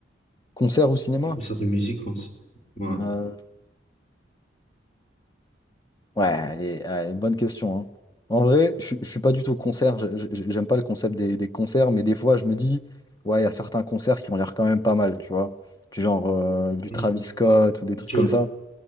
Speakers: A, on the left; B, on the left.
A: Concert ou cinéma?
B: ou ça de musique aussi. Ouais.
A: Euh, ouais, allez, allez, bonne question, hein. En vrai, je ne suis pas du tout concert, je- je- je- j'aime pas le concept des, des concerts, mais des fois je me dis, ouais, il y a certains concerts qui ont l'air quand même pas mal, tu vois. Du genre euh, du
B: Mhm.
A: Travis Scott ou des trucs
B: Jul.
A: comme ça.